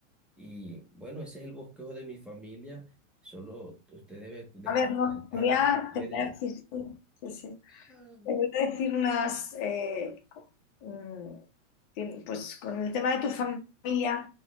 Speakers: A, in the centre; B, on the left.
A: y bueno, ese es el bosquejo de mi familia. Solo usted debe de
B: A ver,
A: concertar
B: no, te voy a,
A: cuando quiere.
B: te voy a decir, sí, sí, sí.
A: Ah.
B: Te voy a decir unas, eh, mm, tien- pues con el tema de tu familia,